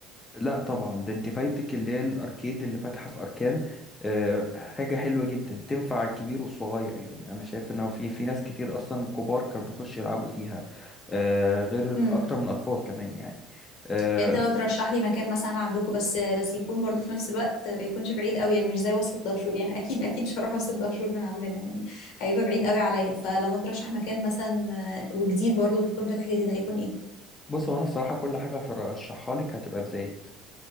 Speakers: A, on the left; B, on the left.
A: لا طبعا ده أنت فايتك اللي هي الأركيد اللي فاتحة في أركان آه، حاجة حلوة جدا تنفع الكبير والصغير يعني أنا شايف إن هو في في ناس كتير أصلا كبار كانوا بيخشوا يلعبوا فيها آه، غير
B: امم
A: أكتر من أطفال كمان يعني آه،
B: انت لو ترشح لي مكان مثلا عندكم بس بس يكون برضو في نفس الوقت ما يكونش بعيد قوي يعني مش زي وصلة دهشور يعني اكيد اكيد مش هروح وصلة دهشور من عندنا يعني هيبقى بعيد قوي عليا فلو هترشح مكان مثلا آه، وجديد برضو يكون فاتح جديد هيكون ايه
A: بص هو أنا الصراحة كل حاجة هشرحها لك هتبقى بزايد